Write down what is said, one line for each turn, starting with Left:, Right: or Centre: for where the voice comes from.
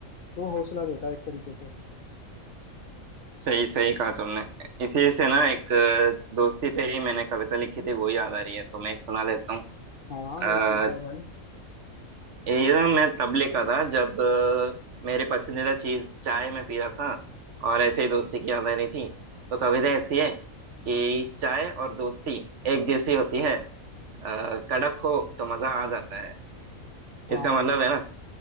Left: तो वो हौसला देता है एक तरीके से
Right: सही सही कहा तुमने इसी से ना एक अ, दोस्ती पे ही मैंने कविता लिखी थी वो याद आ रही है तो मैं एक सुना देता हूँ
Left: हाँ
Right: अ,
Left: एक बताओ भाई
Right: ये ना मैं तब लिखा था जब अ, मेरी पसंदीदा चीज चाय में पी रहा था और ऐसे ही दोस्ती की याद आ रही थी तो कविता ऐसी है कि चाय और दोस्ती एक जैसी होती है अ, कड़क हो तो मजा आ जाता है
Left: हाँ
Right: इसका मतलब है